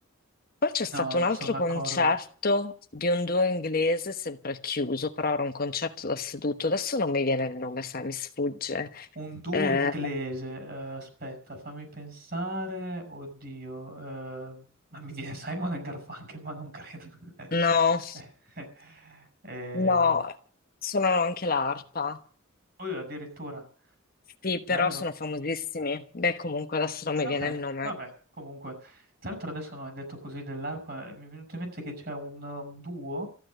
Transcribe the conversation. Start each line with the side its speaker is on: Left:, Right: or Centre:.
Left: Poi c'è stato
Right: No,
Left: un altro
Right: sono d'accordo.
Left: concerto di un duo inglese, sempre al chiuso, però era un concerto da seduto. Adesso non mi viene il nome, sai, mi sfugge.
Right: Un duo
Left: Eh,
Right: inglese, eh, aspetta, fammi pensare. Oddio, eh, ma mi viene Simon and Garfunkel, ma non credo. <laughs>
Left: no.
Right: Eh, eh, eh,
Left: No,
Right: eh,
Left: suonano anche l'arpa.
Right: oh, addirittura,
Left: Sì,
Right: bello.
Left: però sono famosissimi. Beh, comunque adesso non mi
Right: Ok,
Left: viene il nome.
Right: vabbè, comunque, tra l'altro adesso no, hai detto così dell'arpa, eh, mi è venuto in mente che c'è un, un duo,